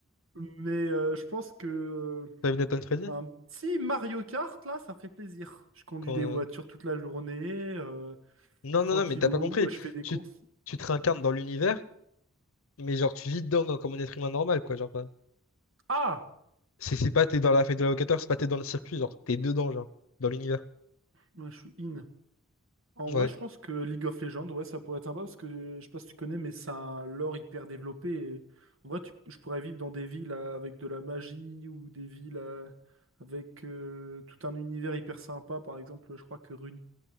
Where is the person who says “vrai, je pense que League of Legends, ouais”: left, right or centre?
Right